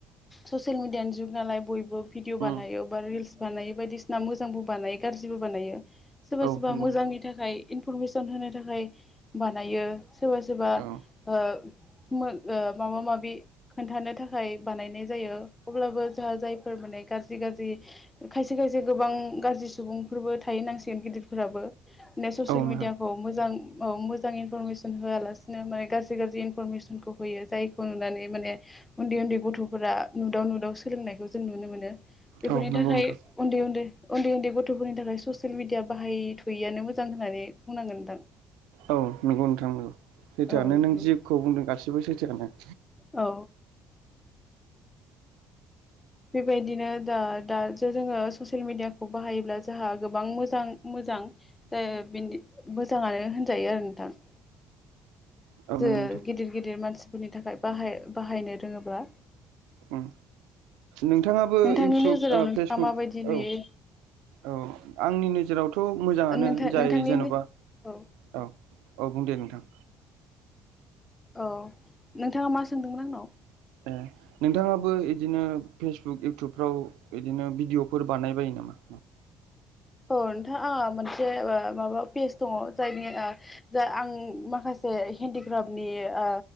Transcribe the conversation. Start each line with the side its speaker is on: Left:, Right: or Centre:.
Left: ससियेल मिडियानि जुग नालाय बयबो भिदिअ' बानायो
Right: उम
Left: बा रिल्स बानायो बायदिसिना मोजांबो बानाय गाज्रिबो बानायो सोरबा-सोरबा
Right: औ नंगौ
Left: मोजांनि
Right: नोंथां
Left: थाखाय इनफरमेसन होनो थाखाय बानायो। सोरबा-सोरबा
Right: औ
Left: ओ। मो ओ माबा-माबि खोन्थानो थाखाय बानायनाय जायो अब्लाबो जोंहा जायफोर माने। गाज्रि-गाज्रि खायसे-खायसे गोबां गाज्रि सुबुंफोरबो थायो होननांसिगोन गिदिरफोराबो। ससियेल
Right: औ
Left: मिडियाखौ
Right: नोंथां
Left: मोजां औ मोजां इनफरमेसन। होवालासिनो माने गाज्रि-गाज्रि इनफरमेसनखौ होयो जायखौ नुनानै माने उन्दै-उन्दै गथ'फोरा। नुदाव-नुदाव सोलोंनायखौ जों नुनो मोनो बेफोरनि
Right: औ नंगौ
Left: थाखाय।
Right: नोंथां
Left: उन्दै-उन्दै-उन्दै-उन्दै गथ'फोरनि थाखाय ससियेल मेदिया बाहाय थवैयानो मोजां होननानै बुंनांगोन नोंथां।
Right: औ नंगौ नोंथां नगौ सैथोआनो
Left: औ नोंथां
Right: नों जिखौ बुंदों गासिबो सैथोआनो।
Left: औ। बेबायदिनो दा-दासो जोङो ससियेल मिडियाखौ बाहायोब्ला जोंहा गोबां मोजां मो। मोजां जा बिनि मोजाङानो होनजायो आरो नोंथां।
Right: औ
Left: जा
Right: नंगौ नोंथां
Left: गिदिर-गिदिर मानसि। मानसिफोरनि थाखाय बाहाय-बाहायनो रोङोब्ला।
Right: उम नोंथाङाबो
Left: नोंथांनि
Right: इउटुब
Left: नोजोराव
Right: ओ
Left: नोंथाङा
Right: फेसबुक
Left: माबायदि नुयो
Right: औ। औ आंनि नोजोरावथ' मोजाङानो
Left: नोंथां
Right: जाय
Left: नोंथांनि
Right: जेन'बा
Left: औ
Right: औ। औ बुं दे नोंथां।
Left: औ नोंथाङा मा सोंदोंमोन आंनाव?
Right: ए नोंथाङाबो इदिनो फेसबुक, इउटुबफ्राव इदिनो भिडिअफोर बानाय बायो नामा?
Left: <inaudible> औ नोंथां आंहा मोनसे माबा पेज दङ जायनि ओ जाय आं माखासे। हेन्डिक्राफ्टनि ओ